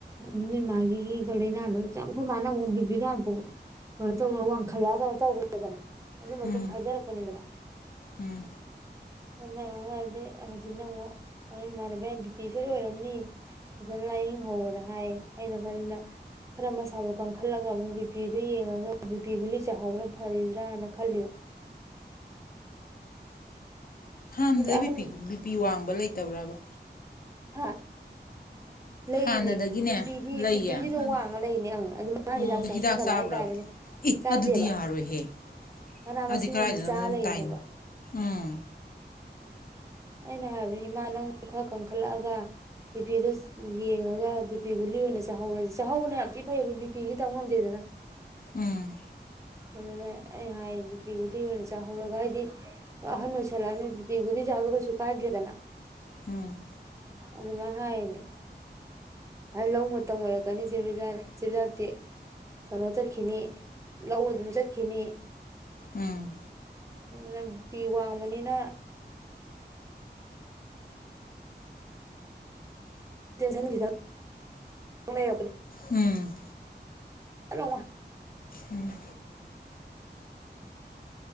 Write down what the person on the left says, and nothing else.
ꯎꯝ
ꯎꯝ
ꯍꯥꯟꯅꯗꯩ
ꯕꯤꯄꯤ ꯕꯤꯄꯤ ꯋꯥꯡꯕ ꯂꯩꯇꯕ꯭ꯔꯕ
ꯍꯥꯟꯅꯗꯒꯤꯅꯦ
ꯂꯩꯌꯦ
ꯑꯣ
ꯑꯗꯣ
ꯆꯥꯕ꯭ꯔꯕ
ꯑꯦ
ꯑꯗꯨꯗꯤ ꯌꯥꯔꯣꯏꯍꯦ
ꯑꯗꯨꯗꯤ
ꯀꯗꯥꯥꯏꯗꯨꯅꯣ
ꯑꯗꯨꯝ
ꯇꯥꯏꯅꯤ ꯎꯝ
ꯎꯝ
ꯎꯝ
ꯎꯝ
ꯎꯝ
ꯎꯝ